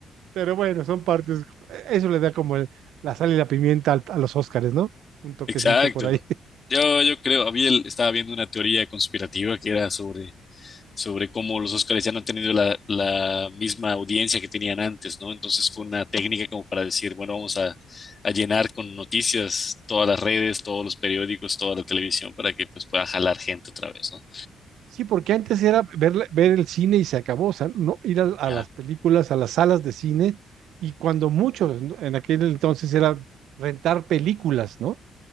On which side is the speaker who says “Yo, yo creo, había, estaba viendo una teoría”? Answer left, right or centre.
Left